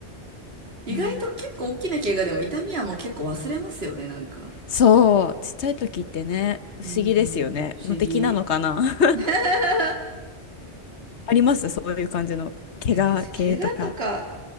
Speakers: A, on the right; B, on the left.
A: 意外と結構大きな怪我でも痛みはもう結構忘れますよね、
B: ね。
A: なんか。
B: そう、ちっちゃい時ってね、不思議ですよね。
A: うん、不思議。
B: 無敵なのかな
A: <laughs>
B: <laughs> ありますそういう感じの怪我系とか。
A: 私、怪我とか